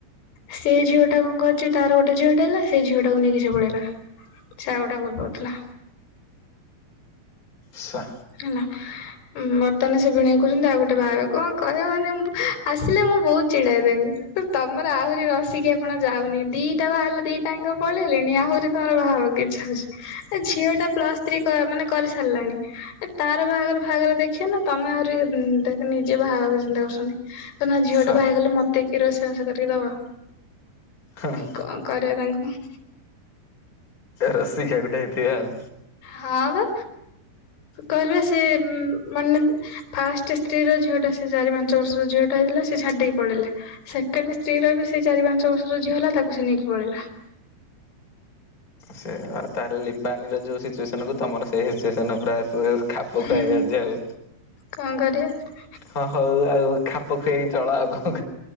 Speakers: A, on the left; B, on the left.
A: ସେ ଝିଅଟା କଣଛି ତାର ଗୋଟେଝଅଟା ହେଲା ସେ ଝିଅଟାକୁ ନେଇକି ପଳେଇଲା। ସେଆ ଗୋଟା ଭଲ ପାଉଥିଲା।
B: ସା
A: ହେଲା। ବର୍ତ୍ତମାନ ସେ ଭିଣେଇ କହୁଛନ୍ତି ଆଉ ଗୋଟେ ଭାଇ କଣ କହିବ ମାନେ ଆସିଲେ ମୁଁ ବହୁତ ଚିଡାଦଙ୍କୁ ତମର ଆହୁରି ରସିକିଆ ପଣ ଯାଉନି ଦିଟା ବାଲ ଦିଟାଙ୍କ ପଳେଇଲେଣି ଆଉଛି ତୋର ବାହାହବାକୁ ଇ ଏ ଝିଅଟା ପ୍ଲସ୍ ଥ୍ରୀ ମାନେ କରିସାରିଲାଣି। ଏ ତାର ବାହାଘର ଫାହାଘର ଦେଖିବ ନା ତମେ ଆହୁରି ଦେ ନିଜେ ବାହାଘରେ ଚିନ୍ତା କରୁଛନ୍ତି? କଣ ନା ଝିଅଟା
B: ସା
A: ବାହାଗଲେ ମତେ କିଏ ରୋଷେଇବାସ କରିକି ଦବ?
B: ହଁ
A: କଣ କରିବା ପାଇଁ କହ?
B: ରସିକିଆ ଗୋଟେ ହେଇଥିବ ଆଉ
A: ହଁ ବା। କହିଲେ ସେ ମାନେ ଫାଷ୍ଟ ସ୍ତ୍ରୀର ଝିଅଟା ସେ ସେ ଚାରି ପାଞ୍ଚ ବର୍ଷ ଝିଅଟା ହେଇଥିଲା ସେ ଛାଡ଼ିଦେଇକି ପଳେଇଲେ? ସେକେଣ୍ଡ ସ୍ତ୍ରୀ ର ବି ସେ ଚାରି ପାଞ୍ଚ ବର୍ଷର ଝିଅ ହେଲା ତାକୁ ସେ ନେଇକି ପଳେଇଲା।
B: ସେ ତାହେଲେ <inaudible> ପାଣିର ଯୋଉ ସିଚୁଏସନକୁ ତମର ସେଇ ସିଚୁସନ ପୁରା ଆ ଖାପଖୁଆଇ
A: ହୁଁ
B: ହେଇଯାଉଛି ଆଉ
A: କଣ କରିବି?
B: ହଁ ହଉ ଆଉ ଖାପ ଖୁଆଇକି ଚଳ ଆଉ